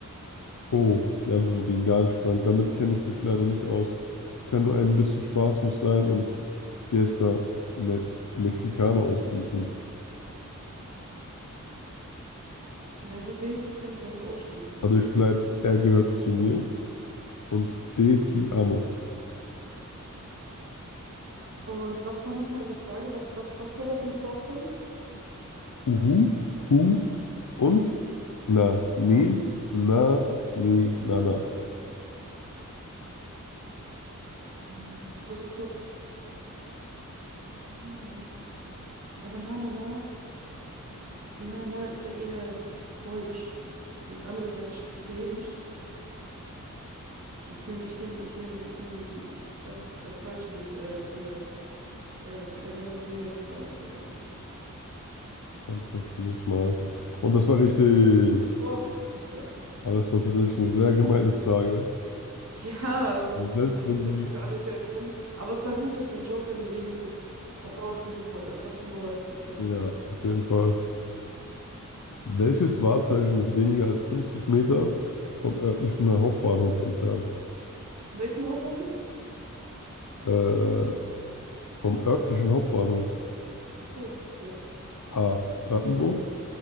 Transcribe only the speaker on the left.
Oh, die Antwort wird ihnen gar nicht gefallen. Damit kenne ich mich leider nicht aus. Ich kann nur ein bisschen Spaß muss sein und Fiesta Me Mexicana ausschließen.
Dadurch bleibt er gehört zu mir und D, Ti amo.
Uhu, Hu und Na, Nee, Na, Nee, Na, Na.
Dann testen wir es mal. Und das war richtig.
Aber es war tatsächlich eine sehr gemeine Frage.
Selbst
wenn sie,
ja,
auf jeden Fall. Welches Wahrzeichen ist weniger als 50 Meter vom örtlichen Hauptbahnhof entfernt?
Äh, vom örtlichen Hauptbahnhof.
A. Brandenburg,